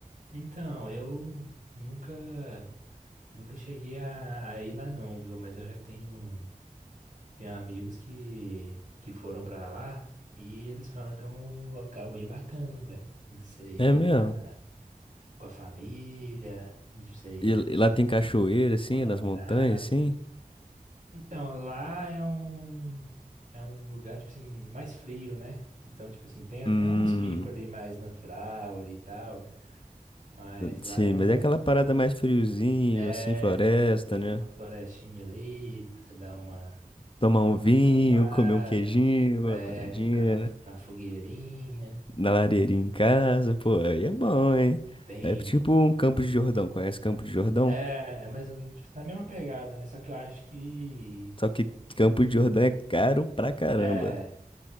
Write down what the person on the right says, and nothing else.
Então, eu nunca nunca cheguei a, a ir lá não, viu? Mas eu já tenho tenho amigos que que foram pra lá e eles falam que é um local bem bacana, velho. De você ir
com a, com a família, de você ir,
tipo
assim,
com a namorada.
Então, lá é um é um lugar tipo assim mais frio, né? Então, tipo assim, tem até
uns picos ali mais natural ali e tal. Mas lá
é
uma
É,
uma florestinha ali pra você dar uma,
uma
acampada,
é,
ficar na,
na fogueirinha.
Tem.
É, mas tipo, na mesma pegada, né? Só que eu acho que.
É,